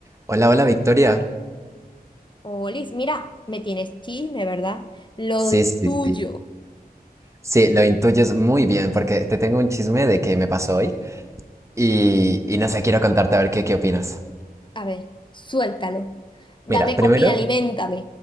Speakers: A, on the right (about 20°); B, on the left (about 30°).
A: Hola, hola Victoria.
B: Olis, mira, me tienes chisme, ¿verdad? Lo
A: Sí,
B: intuyo.
A: sí, Sí, sí. sí, lo intuyes muy bien porque te tengo un chisme de que me pasó hoy y, y no sé, quiero contarte a ver qué, qué opinas.
B: A ver, suéltalo.
A: Mira,
B: Dame
A: primero,
B: comida, aliméntame.